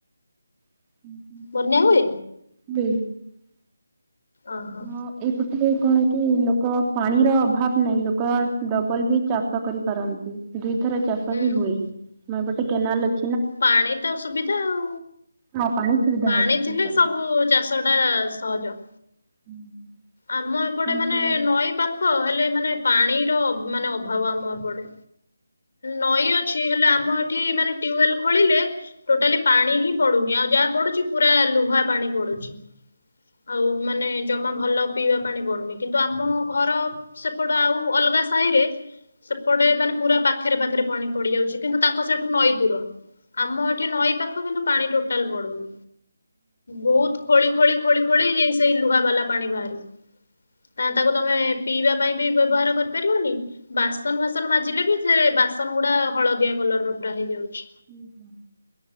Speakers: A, on the right; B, on the left.
A: <unintelligible>
B: ବନ୍ୟା ହୁଏ? ଓହୋ।
A: ହଁ ଏଇପଟେ କଣ କି ଲୋକ ପାଣିର ଅଭାବ ନାହିଁ। ଲୋକ ଡବଲ ବି ଚାଷ କରିପାରନ୍ତି। ଦୁଇଥର ଚାଷ
B: ହୁଁ
A: ବି ହୁଏ।
B: ହୁଁ
A: ଆମ ଏପଟେ କେନାଲ ଅ
B: ପାଣି ତ ସୁବିଧା ଆଉ।
A: ହଁ ପାଣି ସୁବିଧା
B: ପାଣି
A: ଅଛି
B: ଥିଲେ
A: ଏପଟେ।
B: ସବୁ ଚାଷ ଟା ସହଜ।
A: <inaudible>
B: ଆମ ଏପଟେ
A: ଏମିତି
B: ମାନେ ନଈ ପାଖ ହେଲେ ମାନେ ପାଣିର ମାନେ ଅଭାବ ଆମ ଏପଟେ। ନଈ ଅଛି ହେଲେ ଆମ ଏ ଏଠି ମାନେ ଟ୍ୟୁବଲ ଖୋଳିଲେ ଟୋଟାଲି ପାଣି ହିଁ ପଡୁନି। ଆଉ ଯାହା ପଡୁଛି ପୁରା ଲୁହା ପାଣି ପଡୁଛି। ଆଉ ମାନେ ଜମା ଭଲ ପିଇବା ପାଣି ପଡୁନି। କିନ୍ତୁ ଆମ ଘର ସେପଟ ଆଉ ଅଲଗା ସାହି ରେ ସେପଟେ ମାନେ ପୁରା ପାଖରେ ପାଖରେ ପାଣି ପଡି ଯାଉଛି। କିନ୍ତୁ ତାଙ୍କ ସେଇଠୁ ନଈ ଦୂର। ଆମ ଏଠି ନଈ ପାଖ କିନ୍ତୁ ପାଣି ଟୋଟାଲ ପଡୁନି। ବହୁତ ଖୋଳି ଖୋଳି ଖୋଳି ଖୋଳି ଯାଇ ସେଇ ଲୁହାବାଲା ପାଣି ବାହାରିବ। ନା ତାକୁ ତମେ ପିଇବା ବି ବ୍ୟବହାର କରିପାରିବନି ବାସନ ଫାସନ ମାଜିଲେ ବି ସେ ବାସନ ଗୁଡା ହଳଦିଆ କଲର ପୁରା ହେଇଯାଉଛି।
A: <unintelligible>